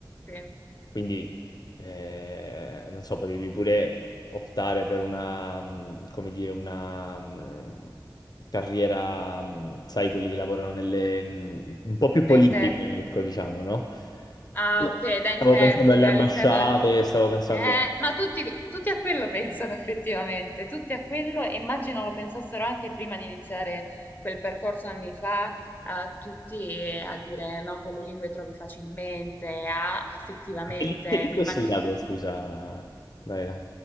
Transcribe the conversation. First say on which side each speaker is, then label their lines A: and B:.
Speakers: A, on the left; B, on the left.
A: sì.
B: Quindi, eh, non so, potevi pure optare per una, mh, come dire, una mh, carriera, mh, sai, quelli che lavorano nelle, mh, un po' più politica,
A: Da in te.
B: ecco, diciamo, no?
A: Ah,
B: No,
A: ok, da interprete
B: Stavo pensando alle ambasciate,
A: all'interno del...
B: stavo pensando...
A: Eh, ma tutti, tutti a quello pensano effettivamente, tutti a quello, e immagino lo pensassero anche prima di iniziare quel percorso anni fa, a tutti eh, a dire no, con le lingue trovi facilmente, a effettivamente,
B: Ma Che, li- che lingua
A: mi immagino.
B: hai studiato, scusa, Daira?